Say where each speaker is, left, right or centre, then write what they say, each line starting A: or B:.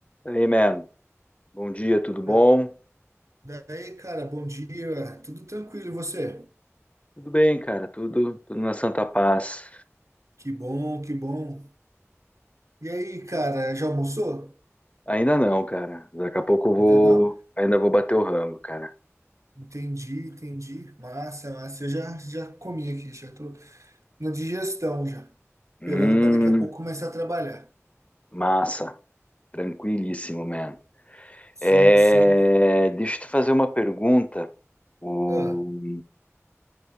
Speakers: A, on the left; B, on the right.
A: Hey, man. Bom dia, tudo bom?
B: Da- Daí, cara, bom dia, tudo tranquilo, e você?
A: Tudo bem, cara, tudo, tudo na santa paz.
B: Que bom, que bom. E aí, cara, já almoçou?
A: Ainda não, cara. Daqui a pouco eu vou,
B: Ainda não?
A: ainda vou bater o rango, cara.
B: Entendi, entendi. Massa, massa. Eu já, já comi aqui, já tô na digestão já.
A: Hum,
B: Esperando para daqui a pouco começar a trabalhar.
A: massa. Tranquilíssimo, man.
B: Sim,
A: É,
B: sim.
A: deixa eu te fazer uma pergunta. O,
B: Ah,